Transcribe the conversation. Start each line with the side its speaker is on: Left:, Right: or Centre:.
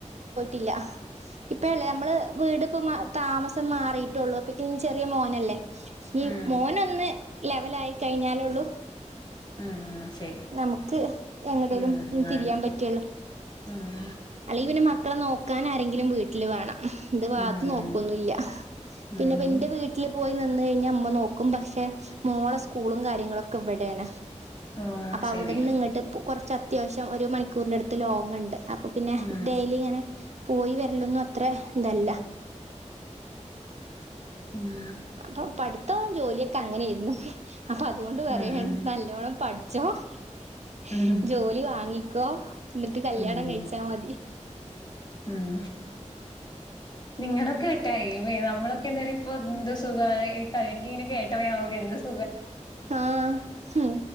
Right: ഇ ല്ല
Left: ഉം
Right: ഇപ്പഴല്ലേ നമ്മള് വീട് ഇപ്പം താമസ മാറിയിട്ടുള്ളൂ അപ്പ ചെറിയ മോനല്ലേ ഈ
Left: ഉം
Right: മോനൊന്ന് ലെവല ആായി കഴിഞ്ഞാലേള്ളൂ
Left: ഉം ശരി
Right: നമുക്ക് എങ്ങേടേലും
Left: ഉം
Right: തിരിയാൻ
Left: ആണ്
Right: പറ്റുള്ളൂ
Left: ഉം
Right: അല്ലെ പിന്നെ മക്ക് മക്കളെ നോക്കാൻ ആരെങ്കിലും വീട്ടില് വേണം ഇത് വാദ്യ
Left: ഉം
Right: നോക്കൊന്നില്ല പിന്നെ
Left: ഉം
Right: എന്റെ വീട്ടില് പോയി നിന്ന് കഴിഞ്ഞ ഇമ്മ നോക്കും പക്ഷെ മോളെ സ്കൂളും കാര്യങ്ങളൊക്കെ ഇവിടെണ്
Left: ഓ
Right: അപ്പൊ അവിടുന്ന്
Left: ശരിയാണ്
Right: ഇങ്ങട്ട് പ കൊ ച്ച് അത്യാവശ്യം ഒരു മണിക്കൂറിന്റെ അടുത്ത് ലോങ്ണ്ട് പിന്നെ
Left: ഉം
Right: ഡെയിലി ഇങ്ങനെ പോയി വരല്ലൊന്നും അത്ര ഇതല്ല
Left: ഉം
Right: അപ്പൊ പഠിത്തവും ജോലിയക്ക് അങ്ങനെയിരുന്നു അപ്പൊ അതുകൊണ്ട് പറയാണ്
Left: ഉം ഉം
Right: നല്ലോണം പഠി ചഹോ <unintelligible>
Left: ഉം
Right: ജോലി വാങ്ങി ക്കൊ ന്നിട്ട് കല്യാണം
Left: ഉം
Right: കഴിച്ചാ മതി
Left: ഉം നിങ്ങടെക്കെ ടൈംമെ നമ്മളൊക്കെ ഇന്നൊരു ഇപ്പൊ എന്ത്‌ സുഖ എനിക്കിങ്ങനെ കേട്ടപ്പ എന്ത് സുഖം
Right: ആഹ